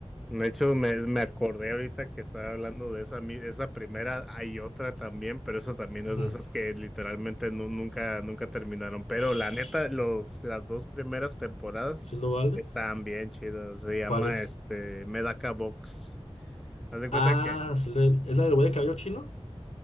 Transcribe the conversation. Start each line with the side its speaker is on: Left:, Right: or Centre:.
Centre: De hecho, me, me acordé ahorita que estaba hablando de esa, mi- esa primera, hay otra también, pero esa también es
Left: Ujú.
Centre: de esas que literalmente nu- nunca, nunca terminaron. Pero
Left: ¿Sí
Centre: la neta, los, las dos primeras temporadas
Left: lo vale?
Centre: estaban bien chidas. Se llama
Left: ¿Cuál es?
Centre: este Medaka Box. ¿Haz de cuenta
Left: Ah,
Centre: que?
Left: sí le- es la del güey de cabello chino.